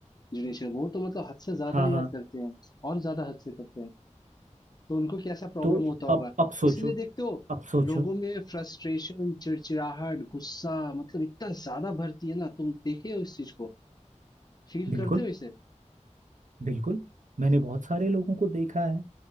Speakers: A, on the left; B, on the right.
A: जनरेशन वो तो मतलब हद से ज्यादा
B: हाँ हाँ
A: यार करते हैं और ज्यादा हद से करते हैं तो उनको कैसा प्रॉब्लम
B: तो
A: होता होगा
B: अब अब सोचो
A: इसलिए देखते हो
B: अब सोचो
A: लोगों में फ्रस्ट्रेशन चिड़चिड़ाहट गुस्सा मतलब इतना ज्यादा भरती है ना तुम देखे हो इस चीज को फील
B: बिल्कुल
A: करते हो इसे
B: बिल्कुल मैंने बहुत सारे लोगों को देखा है